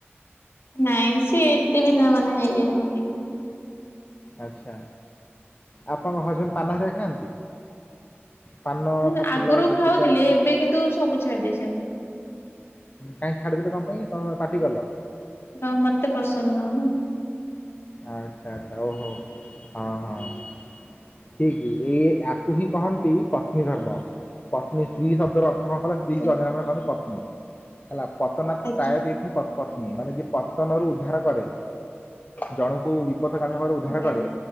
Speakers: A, on the left; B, on the left.
A: ନାଇଁ ସିଏ ଏତେ ବି ତା ମାନେ ଇଏ ନୁହଁନ୍ତି।
B: ଆଛା ଆପଣଙ୍କ ହଜବେଣ୍ଡ ପାନ ହେରା ଖାଆନ୍ତି? ପାନ
A: ଉ
B: ସାଫଲ
A: ଆଗରୁ
B: ଗୁଟୁକା
A: ଖାଉଥିଲେ
B: ଉଁ,
A: ଏବେ କିନ୍ତୁ ସବୁ ଛାଡି ଦେଇଛନ୍ତି।
B: କାଇ ଛାଡ଼ିଦେଲେ କଣ ପାଇଁ ତମ ପାଟିି କଲ?
A: ହ ମତେ ପସନ୍ଦ ନୁହଁନା।
B: ଆଚ୍ଛା ଆଚ୍ଛା ଓହୋ ହଁ ହଁ। ଠିକ ଏ ୟାକୁ ହିଁ କହନ୍ତି ପତ୍ନୀ ଧର୍ମ ପତ୍ନୀ ସ୍ତ୍ରୀ ଶବ୍ଦର ଅ <unintelligible> ସ୍ତ୍ରୀ
A: ଆଜ୍ଞା
B: ଅନ୍ୟ ନାମରେ କହନ୍ତି ପତ୍ନୀ ହେଲା ପତନାଥ
A: ଆଜ୍ଞା
B: ପ୍ରାୟ ଦି ପପତ୍ନୀ ପତ୍ନୀ ମାନେ ଯିଏ ପତନରୁ ଉଦ୍ଧାର କରେ ଜଣଙ୍କୁ ବିପଦ କାରଣରେ ଉଦ୍ଧାର
A: ଆଜ୍ଞା
B: କରେ